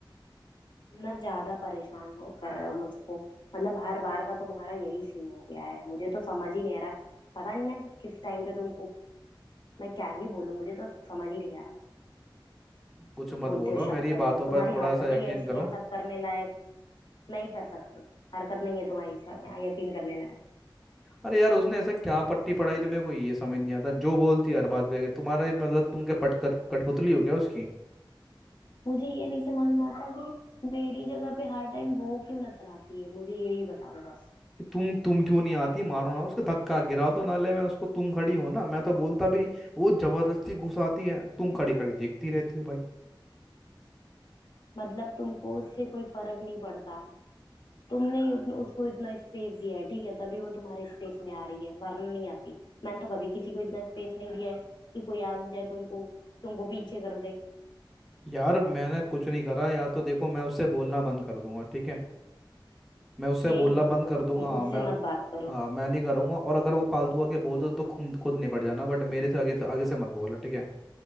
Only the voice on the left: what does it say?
तुम ना ज्यादा परेशान हो कर रहे हो मुझको मतलब हर बार का तुम्हारा यही सीन हो गया है मुझे तो समझ ही नहीं आ रहा पता नहीं मैं किस टाइम पे तुमको मैं क्या ही बोलूं मुझे तो समझ ही नहीं आ रहा
बोलते
हो शक
करी
हो तुम्हारी
हरकतें
ही ऐसी
हैं शक करने लायक नहीं कर सकते हरकत नहीं है तुम्हारी शक- यकीन करने लायक
मुझे ये नहीं समझ में आता कि मेरी जगह पे हर टाइम वो क्यों नजर आती है मुझे यही बता दो बस
मतलब तुमको उससे कोई फर्क नहीं पड़ता तुमने ही उतन, उसको इतना स्पेस दिया है ठीक है तभी वो तुम्हारे स्पेस में आ रही है वरना नहीं आती मैंने तो कभी किसी को इतना स्पेस नहीं दिया है कि कोई आ जाए तुमको तुमको पीछे कर दे
यही
करो
तुम
उससे
मत बात करो